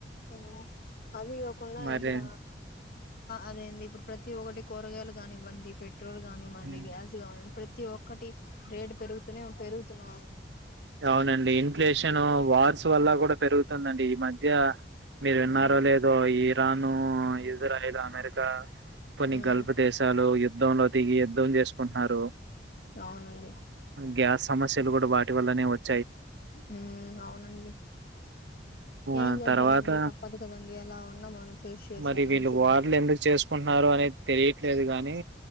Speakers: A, on the left; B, on the right.
A: హు అది ఇవ్వకుండా
B: మరి
A: ఇక్కడ అదేంది ఇప్పుడు ప్రతి ఒక్కటి కూరగాయలు కానివ్వండి పెట్రోల్ కానివ్వండి
B: హ్మ్.
A: గ్యాస్ కానివ్వండి ప్రతి ఒక్కటి రేడ్ పెరుగుతునే పెరుగుతున్నా
B: అవునండి ఇన్ఫ్లేషన్ వార్స్ వల్ల కూడా పెరుగుతుందండి ఈ మధ్య మీరు విన్నారో
A: ఉమ్
B: లేదో ఇరాను ఇజ్రాయల్ అమెరికా కొన్ని
A: ఉమ్
B: గల్ఫ్ దేశాలు యుద్ధలో దిగి యుద్ధం చేసుకుంటున్నారు
A: అవునండి
B: గ్యాస్ సమస్యలు కూడా వాటి వల్లనే వచ్చ
A: హు అవునండి ఏం
B: ఆ
A: చేద్దామండి
B: తర్వాత
A: తప్పదు కదండి అలా ఉన్నా మనం ఫేస్ చేసి
B: మరి
A: వెళ్లాల్సిందే
B: వీళ్ళు వాట్లు ఎందుకు చేసుకుంటున్నారో అనే తెలియట్లేదు గానీ